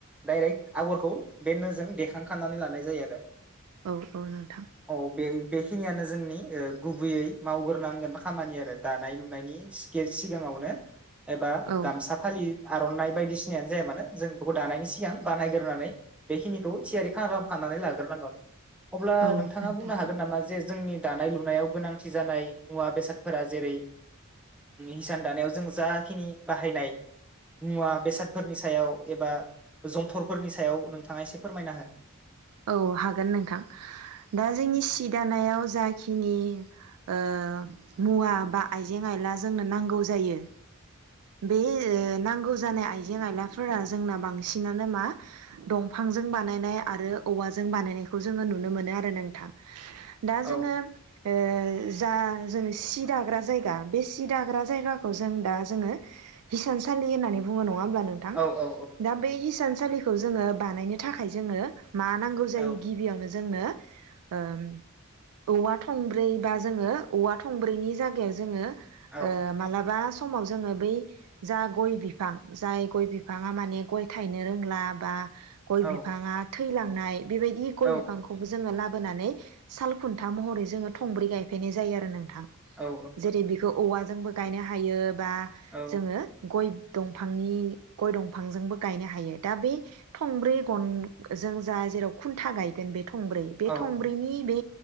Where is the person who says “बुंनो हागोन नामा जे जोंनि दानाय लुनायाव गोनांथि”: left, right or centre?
Centre